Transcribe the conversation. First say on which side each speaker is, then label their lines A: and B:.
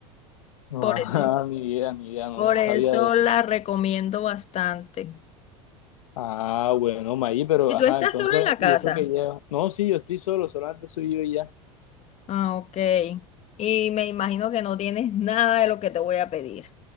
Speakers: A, on the left (about 75°); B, on the left (about 40°).
A: No,
B: Por
A: Ajá,
B: eso,
A: ni idea, ni idea, no
B: por
A: no sabía
B: eso
A: de eso.
B: la recomiendo bastante.
A: Ah, bueno, Maí, pero
B: ¿Y
A: ajá,
B: tú estás
A: entonces,
B: solo en la casa?
A: ¿y eso que lleva? No, sí, yo estoy solo, solamente soy yo y ya.
B: Ah, ok. Y me imagino que no tienes nada de lo que te voy a pedir.